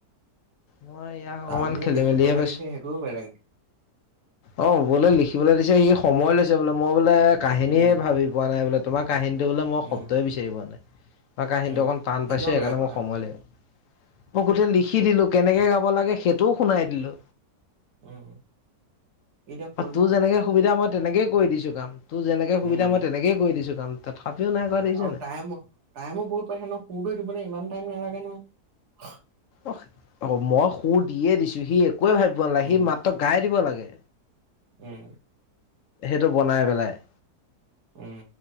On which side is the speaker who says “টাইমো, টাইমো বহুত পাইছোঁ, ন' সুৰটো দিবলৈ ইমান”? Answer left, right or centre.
Right